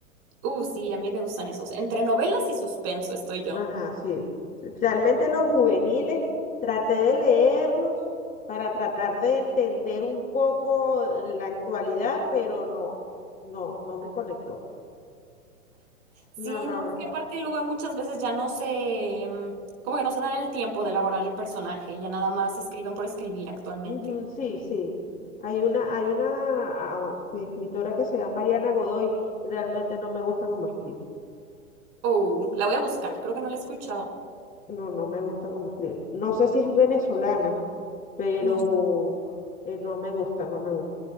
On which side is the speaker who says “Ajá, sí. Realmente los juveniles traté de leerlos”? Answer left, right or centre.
Left